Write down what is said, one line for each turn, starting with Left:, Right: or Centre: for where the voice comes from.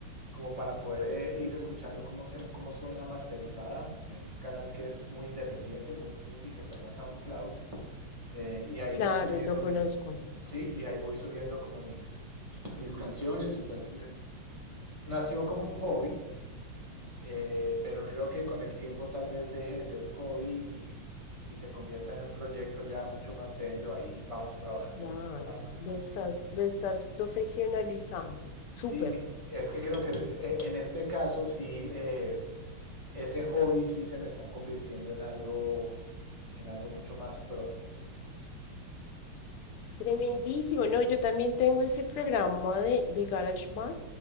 Right: como para poder eh, ir escuchando cómo, se, cómo suena masterizada en un canal que es muy independiente, muy indie, que se llama SoundCloud. Eh, y ahí
Left: Claro,
Right: voy subiendo
Left: lo conozco.
Right: mis, sí, y ahí voy subiendo como mis, mis canciones y pues eh, nació como un hobby eh, pero creo que con el tiempo tal vez deje de ser un hobby y, y se convierta en un proyecto ya mucho más serio. Ahí vamos trabajando
Left: Claro,
Right: en eso por ahora.
Left: lo estás, lo estás profesionalizando. Súper,
Right: Sí, mi- es que creo que eh, en este caso sí, eh, ese hobby sí se me está convirtiendo en algo, en algo mucho más pro, digamos.
Left: tremendísimo. No, yo también tengo ese programa de, de GarageBand.